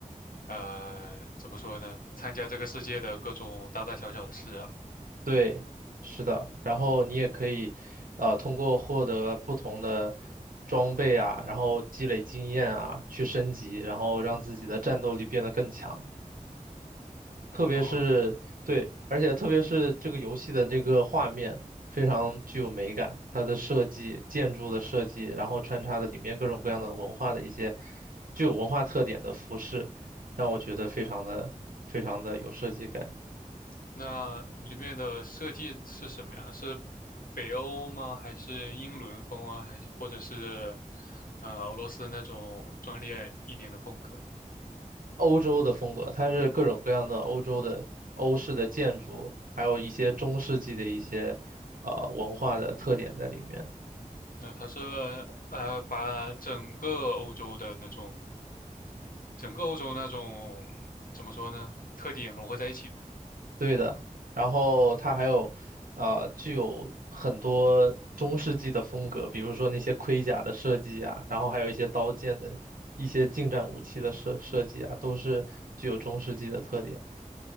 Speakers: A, on the left; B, on the right.
A: 呃，怎么说呢？参加这个世界的各种大大小小的事啊。
B: 对，是的，然后你也可以，呃，通过获得不同的装备啊，然后积累经验啊，去升级，然后让自己的战斗力变得更强。特别是对，
A: 哦，
B: 而且特别是这个游戏的这个画面非常具有美感，它的设计、建筑的设计，然后穿插的里面各种各样的文化的一些具有文化特点的服饰，让我觉得非常的非常的有设计感。
A: 那里面的设计是什么呀？是北欧吗？还是英伦风啊？还是或者是呃俄罗斯那种专业一点的风格？
B: 欧洲的风格，它是各种各样的欧洲的欧式的建筑，还有一些中世纪的一些呃文化的特点在里面。
A: 那他是呃，把整个欧洲的那种，整个欧洲那种怎么说呢，特点融合在一起嘛。
B: 对的，然后它还有，呃，具有很多中世纪的风格，比如说那些盔甲的设计啊，然后还有一些刀剑的一些近战武器的设设计啊，都是具有中世纪的特点。